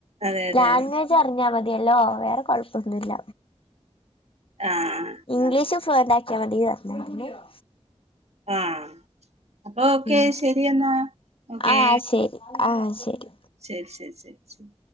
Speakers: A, on the right (about 70°); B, on the left (about 55°).
A: അതെ അതെ
B: ലാംഗ്വേജ് അറിഞ്ഞാ മതിയല്ലോ വേറെ കൊഴപ്പൊന്നുല്ല.
A: ആ ആ
B: ഇംഗ്ലീഷും
A: ആ
B: ഫ്ലുവൻ്റ് ആക്കിയാ മതി പറഞ്ഞാ <inaudible>
A: ആ ആ, അപ്പൊ ഓക്കെ
B: ഉം
A: ശരി എന്നാ ഓക്കേ
B: ആഹ് ശരി ആഹ് ശരി
A: ശരി ശരി ശരി ശരി